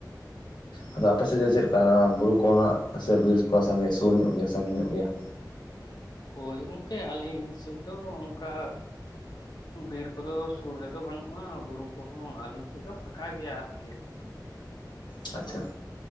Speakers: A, on the left; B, on the left.
A: ᱟᱫᱚ ᱟᱯᱮ ᱥᱮᱫ ᱫᱚ ᱪᱮᱫᱞᱮᱠᱟ ᱵᱩᱨᱩ ᱠᱚ ᱦᱟᱸᱜ ᱥᱮ ᱵᱤᱨ ᱠᱚ ᱥᱟᱸᱜᱤ ᱥᱩᱨ ᱧᱚᱜ ᱜᱮᱭᱟ ᱥᱟᱺᱜᱤᱧ ᱧᱚᱜ ᱜᱮᱭᱟ
B: ᱦᱳᱭ ᱜᱚᱝᱠᱮ ᱟᱹᱞᱤᱧ ᱥᱮᱫ ᱫᱚ-ᱚ ᱚᱝᱠᱟᱼᱼ ᱵᱤᱨ ᱠᱚᱫᱚ ᱥᱩᱨ ᱨᱮᱫᱚ ᱵᱟᱹᱱᱩᱜᱼᱟ, ᱵᱩᱨᱩ ᱠᱚᱦᱚᱸ ᱟᱹᱞᱤᱧ ᱥᱮᱫ ᱫᱚ ᱯᱷᱟᱠᱟ ᱜᱮᱭᱟ ᱟᱨᱠᱤ᱾
A: ᱟᱪᱷᱟ